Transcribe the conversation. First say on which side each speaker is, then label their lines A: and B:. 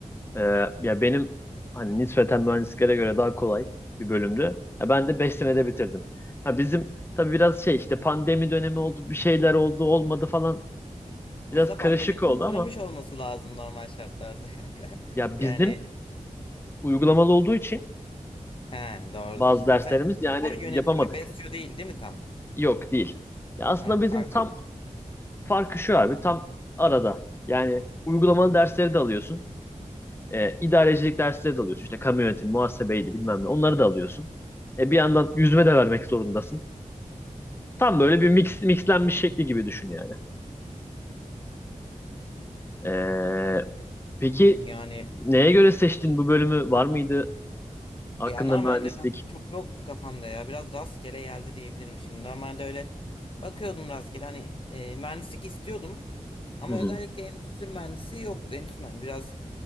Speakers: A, on the left; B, on the left.
A: Ee, ya benim hani nispeten mühendislere göre daha kolay bir bölümdü. Ya ben de 5 senede bitirdim. Ha bizim tabii biraz şey işte pandemi dönemi oldu, bir şeyler oldu, olmadı falan
B: Aslında
A: biraz karışık
B: pandeminin
A: oldu ama
B: yaramış olması lazım normal şartlarda <laughs> kanka.
A: ya
B: Yani
A: bizim uygulamalı olduğu için
B: he doğrudur.
A: bazı
B: Sen
A: derslerimiz yani
B: spor yönetimi
A: yapamadık.
B: besliyor değil değil mi tam?
A: Yok değil. Ya aslında
B: Ha, farkı.
A: bizim tam farkı şu abi tam arada. Yani uygulamalı dersleri de alıyorsun. E, idarecilik dersleri de alıyorsun. İşte kamu yönetimi, muhasebeydi bilmem ne. Onları da alıyorsun. E, bir yandan yüzme de vermek zorundasın. Tam böyle bir mix, mixlenmiş şekli gibi düşün yani. Ee, peki
B: ne? Yani
A: neye göre seçtin bu bölümü? Var mıydı hakkında
B: Ya normalde
A: mühendislik?
B: kanka çok yoktu kafamda ya. Biraz rastgele geldi diyebilirim şimdi. Normalde öyle bakıyordum rastgele. Hani e, mühendislik istiyordum. Ama
A: Hı hı,
B: özellikle endüstri mühendisi yoktu. Endüstri mühendisi biraz